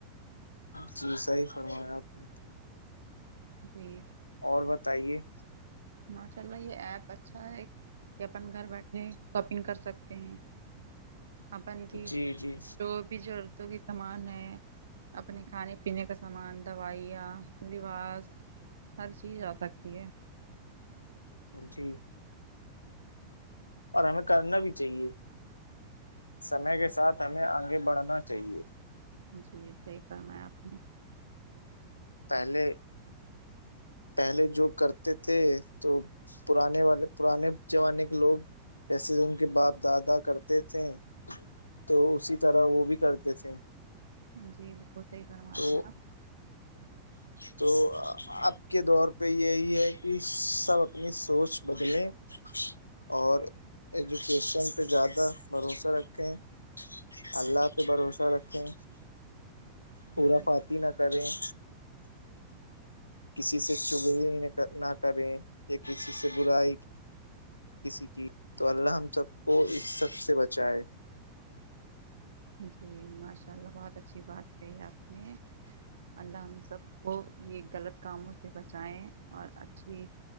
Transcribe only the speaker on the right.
جی-
ماشاء اللہ یہ ایپ اچھا ہے کہ اپن گھر بیٹھے شاپنگ کر سکتے ہیں- اپن کی
جو بھی ضرورتوں کے سامان ہے- اپنے کھانے پینے کا سامان دوائیاں لباس- ہر چیز آ سکتی ہے-
جی صحیح فرمایا آپ نے-
جی بالکل صحی فرما
رہے ہیں آپ-
جی
جی ماشاء اللہ بہت اچھی بات کہی آپ نے- اللہ ہم سب کو یہ غلط کاموں سے بچائیں اور اچھی-